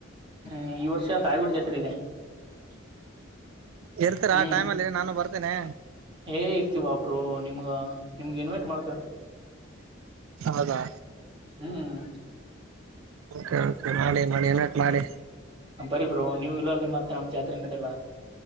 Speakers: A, on the right; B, on the right.
A: ಹ್ಮ್ ಈ ವರ್ಷ ತಾಳಿಕೋಟಿ ಜಾತ್ರೆ ಇದೆ
B: ಇರ್ತೀರಾ
A: ಹ್ಮ್
B: ಆ ಟೈಮಲ್ಲಿ ನಾನು ಬರ್ತಿನಿ
A: ಏ ಇರ್ತಿ ಬಾ ಬ್ರೋ ನಿಮ್ಗ ನಿಮ್ಗೆ ಇನ್ವೈಟ್ ಮಾಡ್ತವ
B: ಹೌದಾ
A: ಹ್ಮ್
B: ಒಕೆ ಒಕೆ ಮಾಡಿ ಮಾಡಿ ಇನ್ವಾಯ್ಟ್ ಮಾಡಿ
A: ಬರ್ರಿ ಬ್ರೋ ನೀವು ಇಲ್ಲಾರ್ದಿ ಮತ್ತ ನಮ್ ಜಾತ್ರೆ ನಡೆಲ್ಲ